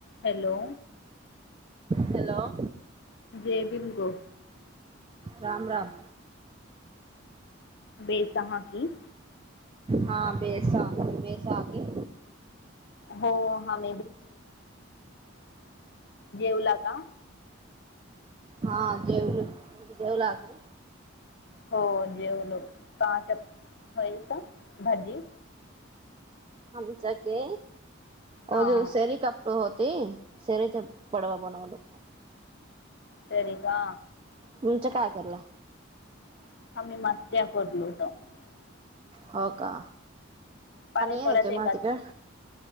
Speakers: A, on the left; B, on the right.
A: Hello!
B: Hello!
A: जेबिंगो
B: राम राम
A: बेसहा की,
B: हा बेसा बैसाखी
A: हो <unintelligible> जेवला का?
B: हा जेवलो तुमी बी जेवला हाके?
A: हो जेवलो, काच होईत भाजी
B: आमचाके वो
A: हां
B: जो सेरी कप होत ते सेरच्या पडवा बनवलो.
A: सरी का?
B: तुमचं काय करलाव?
A: <unintelligible>
B: हो का
A: पाणी
B: आहे
A: पडत
B: तुम्हाला
A: ए का
B: तिकड